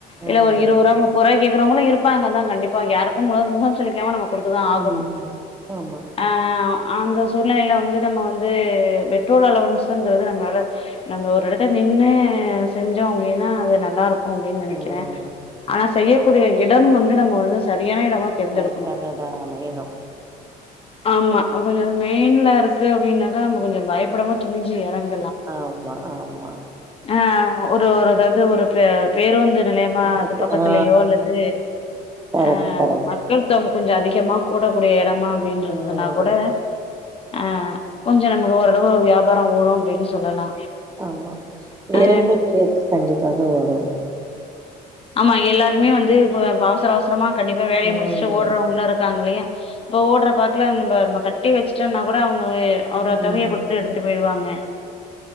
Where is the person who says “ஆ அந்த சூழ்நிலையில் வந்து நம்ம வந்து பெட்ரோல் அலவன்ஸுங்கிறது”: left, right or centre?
Left